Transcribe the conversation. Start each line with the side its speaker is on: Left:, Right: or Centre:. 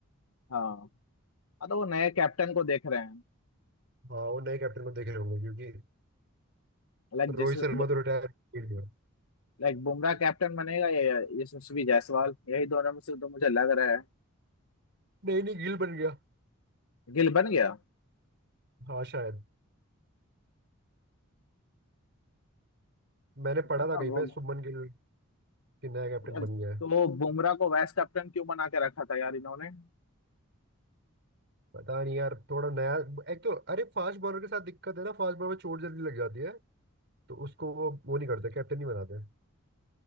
Left: हाँ हाँ तो वो नए कैप्टन को देख रहे हैं
Right: हाँ वो नए कैप्टन को देख रहे होंगे क्योंकि
Left: लाइक
Right: रोहित
Left: जैसे
Right: शर्मा तो रिटायर गिल गया
Left: लाइक बुमराह कैप्टन बनेगा या या यशस्वी जायसवाल यही दोनों में से तो मुझे लग रहा है
Right: नहीं नहीं गिल बन गया
Left: गिल बन गया
Right: हाँ शायद मैंने
Left: अच्छा
Right: पढ़ा था
Left: था
Right: कहीं
Left: वो
Right: पे शुभमन गिल कि नया कैप्टन
Left: यार
Right: बन गया है
Left: तो बुमराह को वाइस कैप्टन क्यों बना के रखा था यार इन्होंने
Right: पता नहीं यार थोड़ा नया एक तो अरे फास्ट बॉलर के साथ दिक्कत है ना फास्ट बॉलर में चोट जल्दी लग जाती है तो उसको वो वो नहीं करते कैप्टन नहीं बनाते